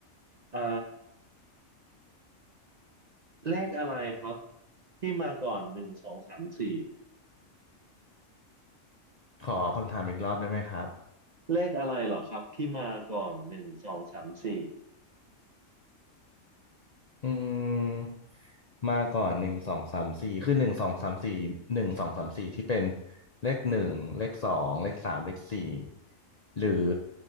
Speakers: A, on the right; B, on the left.
A: เอ่อเลขอะไรครับที่มาก่อนหนึ่งสองสามสี่
B: ขอคำถามอีกรอบได้ไหมครับ
A: เลขอะไรเหรอครับที่มาก่อนหนึ่งสองสามสี่
B: อืม มาก่อนหนึ่งสองสามสี่คือหนึ่งสองสามสี่หนึ่งสองสามสี่ที่เป็นเลขหนึ่งเลขสองเลขสามเลขสี่หรือ